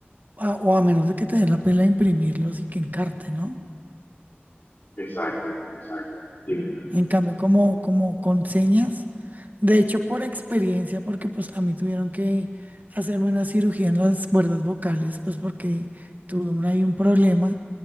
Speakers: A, on the right; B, on the left.
A: a- o a menos de que te den la pela de imprimirlos y que encarte, ¿no?
B: Exacto, exacto. Dime.
A: En cambio, como, como con señas, de hecho por experiencia, porque pues a mí tuvieron que hacerme una cirugía en las cuerdas vocales, pues porque tuve un, ahí un problema.